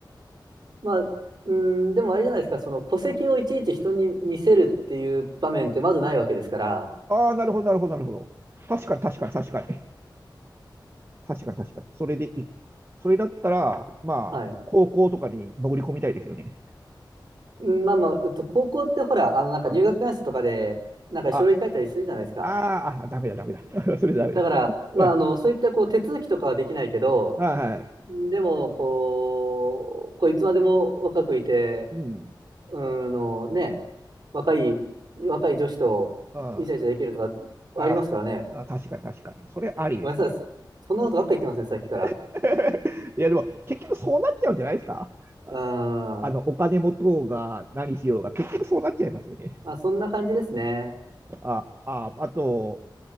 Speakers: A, on the right (about 55°); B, on the right (about 30°).
A: まあ、うん、でもあれじゃないですか、その戸籍をいちいち人に見せるっていう場面ってまずないわけですから、
B: <laughs> ああ、なるほど、なるほど、なるほど。確かに、確かに、確かに。確かに、確かに。それでい、それだったら、まあ、
A: はい。
B: 高校とかに潜り込みたいですよね。
A: うんまあまあ、えっと、高校ってほら、あの、なんか入学願書とかで、
B: うん。
A: なんか書類書いたりするじゃないですか。
B: あ、あーあ、ダメだ、ダメだ。<laughs> それダメだ。
A: だから、まあ、
B: うん
A: あの、そういったこう手続きとかはできないけど、
B: あーはい。
A: でも、こう、こういつまでも若くいて、
B: うん。
A: うーんのね、若い、若い女子とイチャイチャできるとかありますからね。
B: うんああ、あ確かに確かに。それありですね。
A: ごめんなさい。そんなことばっか言ってますね、さっきから。
B: <laughs> いや、でも結局そうなっちゃうんじゃないですかあ、
A: うーん。
B: あの、お金持とうが何しようが結局そうなっちゃいますよね。
A: あ、そんな感じですね。
B: あ、あ、ああと、